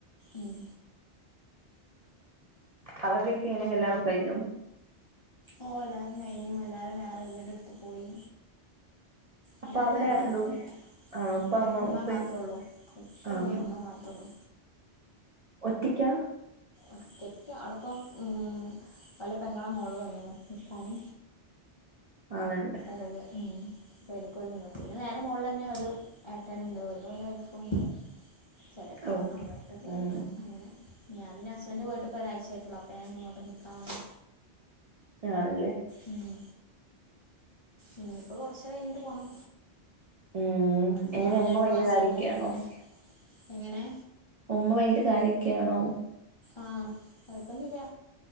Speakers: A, on the left (about 40°); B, on the right (about 50°).
A: ഉം.
B: അവരുടെയൊക്കെ എങ്ങനെ കല്യാണം ഒക്കെ കഴിഞ്ഞോ?
A: ഓഹ് എല്ലാരേം കയിഞ്ഞു എല്ലാരും വേറെ വീടെടുത്ത് പോയി
B: അപ്പൊ
A: എല്ലാരും
B: അവിടെ
A: വേറെ
B: ആരുണ്ടു
A: വേറെ പോയി
B: ആണോ
A: ഉപ്പ
B: അമ്മ
A: ഉമ്മ
B: ഉപ്പയും
A: മാത്രോ ഉള്ളൂ ഉപ്പ
B: ആഹ്
A: ഇല്ല ഇമ്മ മാത്രേള്ളു
B: ഒറ്റയ്ക്കാ
A: ഒറ്റയ്ക്ക് ആണിപ്പം ഉം ഓലെ പെങ്ങളെ മോള് വന്നണ് നിക്കാന്
B: ആണല്ലേ
A: ഓലെ ഉം <unintelligible> നോക്കും പിന്നെ നേരെ മോളിലെന്നെ ഒരു ഏട്ടന്ണ്ട് ഓലും ഓലെ വൈഫുണ്ട് ചെലപ്പം
B: ഓക്കെ
A: അങ്ങട്ട് പോകും
B: ഉം
A: അങ്ങനെ ഞാൻ പിന്നെ ഹസ്ബന്റ് പോയിട്ടിപ്പോ ഒരാഴ്ച്ചയായിട്ടുള്ളൂ അപ്പോ ഞാൻ ഇങ്ങോട്ട് നിക്കാൻ വന്നയാ
B: ആണല്ലേ
A: ഉ ഉം ഇനി ഇപ്പൊ കൊറച്ചഴിഞ്ഞിട്ട് പോണം
B: ഉം എങ്ങനെയാ
A: ഞാൻ
B: ഉമ്മ
A: രണ്ടു
B: ഭയങ്കര
A: മാസം
B: കാര്യൊക്കെയാണോ?
A: അവിടെ നിന്നില്ലേ എങ്ങനെ?
B: ഉമ്മ ഭയങ്കര കാര്യൊക്കെയാണോ?
A: ആഹ് കൊഴപ്പൊന്നുല്ല